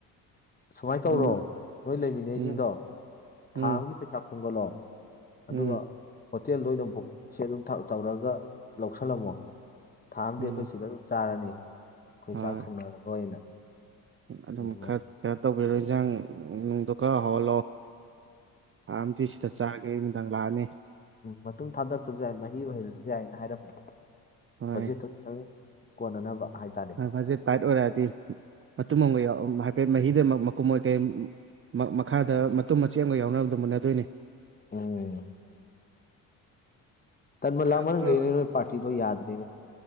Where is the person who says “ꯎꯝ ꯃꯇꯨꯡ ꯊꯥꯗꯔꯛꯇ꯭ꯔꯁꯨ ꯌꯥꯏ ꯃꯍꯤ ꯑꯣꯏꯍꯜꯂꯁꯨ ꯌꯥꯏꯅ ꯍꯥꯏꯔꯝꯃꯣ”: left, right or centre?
Left